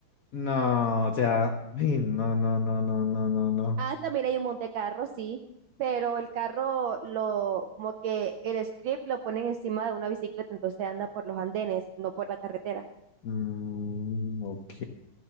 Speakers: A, on the left; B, on the right.
A: no, o sea, ay, no, no, no, no, no, no, no.
B: Ah, también hay un monte carro, sí, pero el carro lo, como que el script lo ponen encima de una bicicleta, entonces anda por los andenes, no por la carretera.
A: Mm, ok.